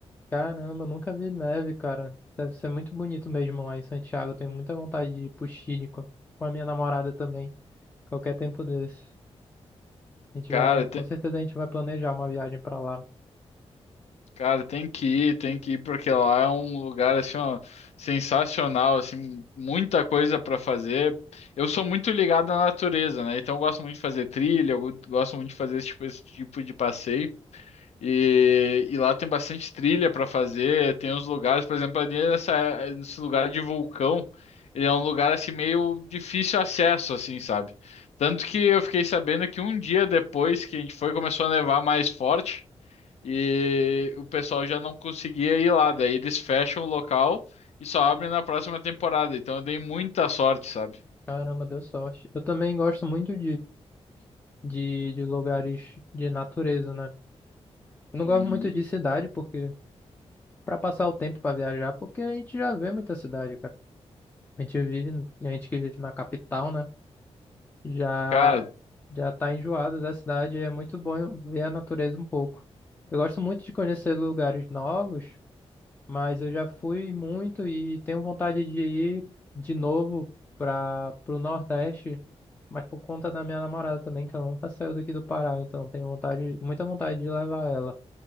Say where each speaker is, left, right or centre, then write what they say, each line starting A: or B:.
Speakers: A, on the left; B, on the left.
A: Caramba, eu nunca vi neve, cara. Deve ser muito bonito mesmo lá em Santiago. Eu tenho muita vontade de ir pro Chile com com a minha namorada também. Qualquer tempo desse. A gente
B: Cara,
A: vai, com
B: te-
A: certeza a gente vai planejar uma viagem pra lá.
B: cara, tem que ir, tem que ir, porque lá é um lugar assim, ó, sensacional, assim, muita coisa para fazer. Eu sou muito ligado à natureza, né? Então eu gosto muito de fazer trilha, eu gosto muito de fazer esse tipo, esse tipo de passeio. E, e lá tem bastante trilha para fazer, tem uns lugares, por exemplo, ali nessa, nesse lugar de vulcão, ele é um lugar assim meio difícil acesso, assim, sabe? Tanto que eu fiquei sabendo que um dia depois que a gente foi, começou a nevar mais forte e o pessoal já não conseguia ir lá, daí eles fecham o local e só abrem na próxima temporada. Então eu dei muita sorte, sabe?
A: Caramba, deu sorte. Eu também gosto muito de, de, de lugares de natureza, né? Eu não
B: Uhum.
A: gosto muito de cidade, porque pra passar o tempo pra viajar, porque a gente já vê muita cidade, cara. A gente vive, a gente que vive na capital, né? Já
B: Cara,
A: Já tá enjoado da cidade, é muito bom ver a natureza um pouco. Eu gosto muito de conhecer lugares novos, mas eu já fui muito e tenho vontade de ir de novo para o Nordeste, mas por conta da minha namorada também, que ela nunca saiu daqui do Pará, então tenho vontade, muita vontade de levar ela,